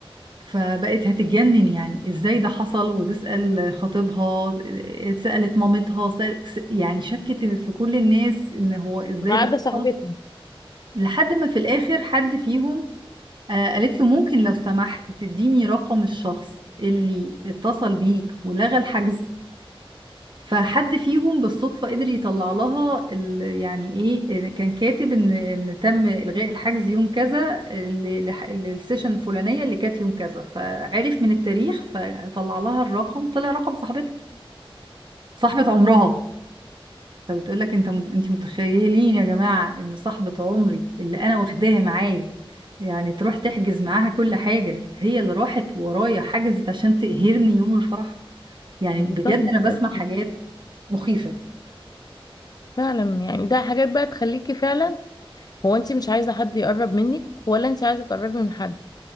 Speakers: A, on the right; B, on the left.
A: فبقت هتتجنن يعني ازاي ده حصل وتسأل خطيبها سألت مامتها سأل س- يعني شكت في كل الناس ان هو ازاي
B: ما
A: ده
B: عدا صادمة
A: حصل
B: بجد
A: لحد ما في الاخر حد فيهم آه، قالت له ممكن لو سمحت تديني رقم الشخص اللي اتصل بيك ولغى الحجز فحد فيهم بالصدفة قدر يطلع لها ال- يعني ايه كان كاتب ان ان تم إلغاء الحجز يوم كذا ل- لح- للسيشن الفلانية اللي كانت يوم كذا فعرف من التاريخ فطلع لها الرقم طلع رقم صاحبتها صاحبة عمرها فبتقول لك انت م- انت متخيلين يا جماعة ان صاحبة عمري اللي انا واخداها معايا يعني تروح تحجز معاها كل حاجة هي اللي راحت ورايا حجزت عشان تقهرني يوم الفرح يعني بجد
B: دي صدمة
A: انا بسمع
B: بجد
A: حاجات مخيفة
B: فعلا يعني ده حاجات بقى تخليكي فعلا هو انت مش عايزة حد يقرب منك ولا انت عايزة تقربي من حد